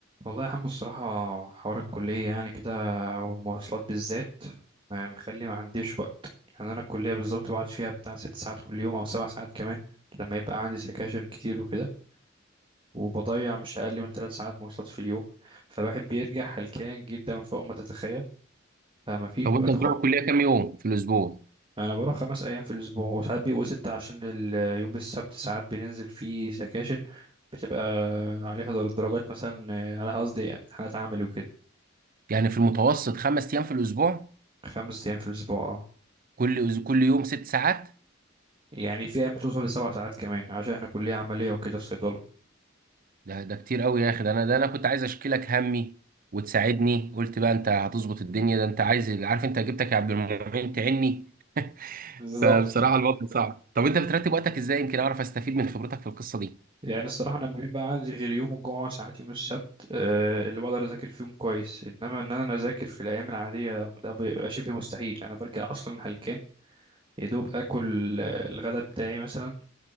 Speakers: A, on the right; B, on the right.
A: والله يا حمو الصراحة حوار الكلية يعني كده والمواصلات بالذات ما- مخلي ما عنديش وقت يعني أنا الكلية بالظبط بقعد فيها بتاع ست ساعات كل يوم أو سبع ساعات كمان لما يبقى عندي سكاشن كتير وكده وبضيع مش أقل من ثلاث ساعات مواصلات في اليوم فالواحد بيرجع هلكان جدا فوق ما تتخيل فما فيش
B: طب وانت
A: وقت
B: بتروح
A: خالص
B: الكليه كام يوم في الاسبوع
A: أنا بروح خمس أيام في الأسبوع وساعات بيبقوا ستة عشان ال- يوم السبت ساعات بننزل فيه سكاشن بتبقى عليها درجات مثلا على قصدي امتحانات عملي وكده
B: يعني في المتوسط خمس ايام في الاسبوع
A: خمس أيام في الأسبوع
B: كل أز- كل يوم ست ساعات
A: يعني في ايام بتوصل لسبع ساعات كمان عشان احنا كلية عملية وكده في صيدلة
B: ده ده كتير قوي يا اخي ده انا ده انا كنت عايز اشكيلك همي وتساعدني قلت بقى انت هتظبط الدنيا ده انت عايز عارف انت جبتك يا عبد المعين تعني
A: بالظبط
B: فبصراحه الوضع صعب طب انت بترتب وقتك ازاي يمكن اعرف استفيد من خبرتك في القصه دي
A: يعني الصراحة انا ما بيبقى عندي غير يوم الجمعة وساعات يوم السبت آه، اللي بقدر اذاكر فيهم كويس انما ان انا اذاكر في الايام العادية ده بيبقى شبه مستحيل انا برجع اصلا هلكان يا دوب اكل آه، الغداء بتاعي مثلا